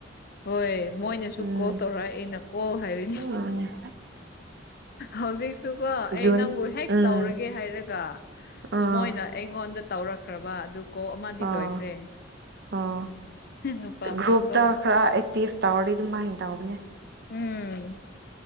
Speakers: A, on the left; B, on the right.
A: ꯍꯣꯏ ꯃꯣꯏꯅꯁꯨ
B: ꯎꯝ
A: ꯀꯣꯜ ꯇꯧꯔꯑꯦ ꯑꯩꯅ ꯀꯣ ꯍꯥꯏꯔꯅꯤ
B: ꯎꯝ
A: ꯍꯧꯖꯤꯛꯁꯨꯀꯣ ꯑꯩ
B: ꯖꯨꯟ
A: ꯅꯪꯕꯨ ꯍꯦꯛ
B: ꯎꯝ
A: ꯇꯧꯔꯒꯦ ꯍꯥꯏꯔꯒ
B: ꯑꯥ
A: ꯃꯣꯏꯅ ꯑꯩꯉꯣꯟꯗ ꯇꯧꯔꯛꯈ꯭ꯔꯕ ꯑꯗꯨ ꯀꯣ ꯑꯃꯗꯤ
B: ꯑꯥ
A: ꯂꯣꯏꯈ꯭ꯔꯦ
B: ꯑꯣ
A: ꯅꯨꯄꯥ ꯑꯃ
B: ꯒ꯭ꯔꯨꯞꯇ
A: ꯀꯣ
B: ꯈꯔ ꯑꯦꯛꯇꯤꯞ ꯇꯧꯔꯤ ꯑꯗꯨꯝꯃꯥꯏꯅ ꯇꯧꯕꯅꯦ
A: ꯎꯝ